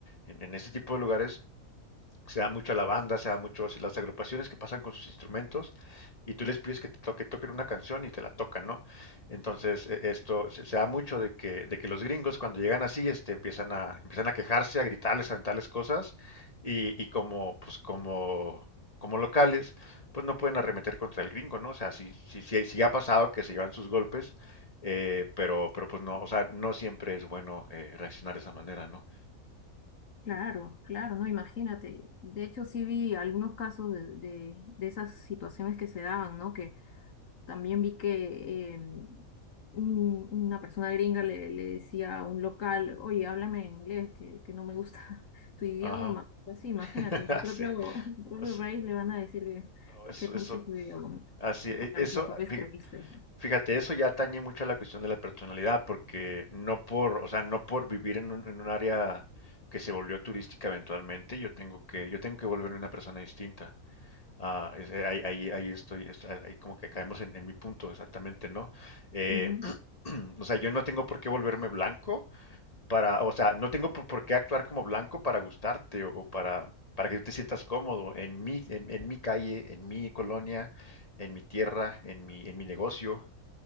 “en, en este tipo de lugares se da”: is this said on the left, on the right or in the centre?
Left